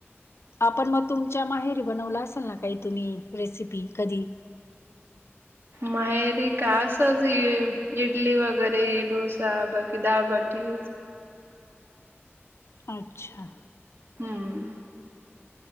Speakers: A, on the left; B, on the right.
A: आपण मग तुमच्या माहेरी बनवलं असेल ना काही तुम्ही रेसिपी कधी.
B: मायरी का असच इडली वगैरे डोसा बाकी दाळबाटी.
A: अच्छा.
B: हम्म.